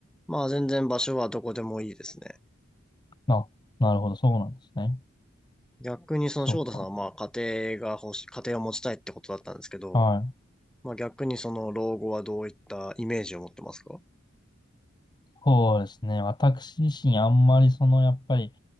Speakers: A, in the centre; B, on the left.
A: まあ全然場所はどこでもいいですね。
B: あ、なるほど。そうなんですね。
A: 逆にその翔太さんはまあ家庭が欲し、
B: そうか。
A: 家庭を持ちたいってことだったんですけど、
B: はい。
A: まあ逆にその老後はどういったイメージを持ってますか
B: そうですね。私自身あんまりそのやっぱり